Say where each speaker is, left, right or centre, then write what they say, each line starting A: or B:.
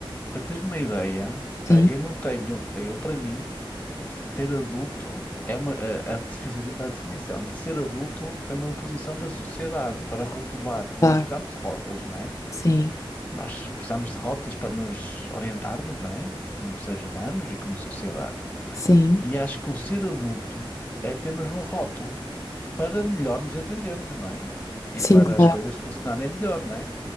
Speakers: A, on the left; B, on the left.
A: Para teres uma ideia,
B: Sim.
A: eh, eu não tenho, eh, eu para mim, ser adulto é uma, a, a defi- a definição de ser adulto foi uma imposição da sociedade para rotular, porque
B: Claro,
A: nós precisamos de rótulos, não é?
B: sim,
A: Nós precisamos de rótulos para nos orientarmos, não é? Como seres humanos e como sociedade.
B: sim,
A: E acho que o ser adulto é apenas um rótulo para melhor nos entendermos, não é? E
B: sim,
A: para
B: claro,
A: as coisas funcionarem melhor, não é?